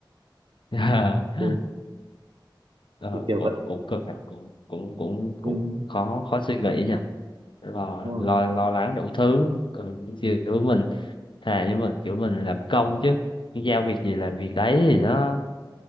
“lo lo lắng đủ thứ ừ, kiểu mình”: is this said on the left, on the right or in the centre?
Left